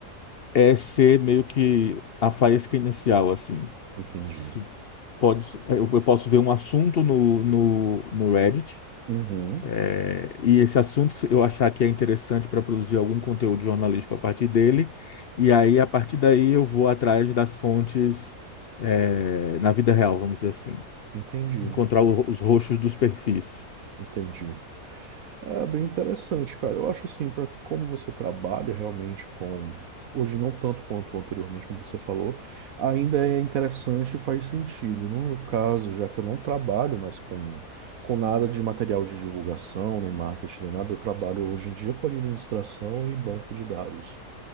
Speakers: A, on the left; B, on the right.
A: é ser meio que a faísca inicial, assim.
B: entendi.
A: Se pode, é, eu eu posso ver um assunto no, no, no Reddit,
B: Uhum,
A: é, e esse assunto se eu achar que é interessante para produzir algum conteúdo jornalístico a partir dele, e aí, a partir daí, eu vou atrás das fontes, é, na vida real, vamos dizer assim.
B: entendido,
A: encontrar o- os roxos dos perfis.
B: entendi. É bem interessante, cara. Eu acho assim, para que como você trabalha realmente com hoje não tanto quanto anteriormente, como você falou, ainda é interessante e faz sentido. No meu caso, já que eu não trabalho mais com com nada de material de divulgação, nem marketing, nem nada, eu trabalho hoje em dia com administração e banco de dados.